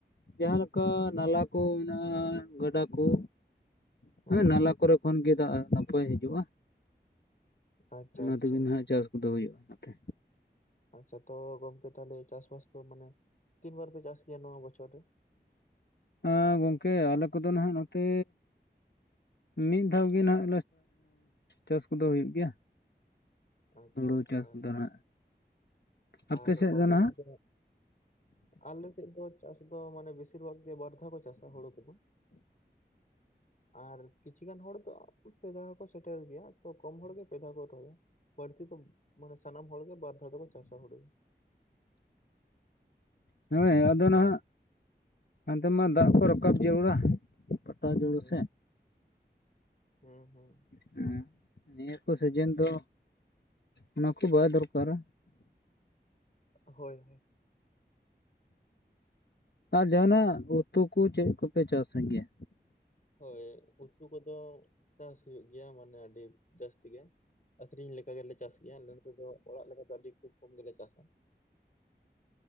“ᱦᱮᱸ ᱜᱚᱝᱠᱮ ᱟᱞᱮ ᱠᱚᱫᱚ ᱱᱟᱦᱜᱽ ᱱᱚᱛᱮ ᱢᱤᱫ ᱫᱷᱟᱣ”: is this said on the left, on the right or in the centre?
Left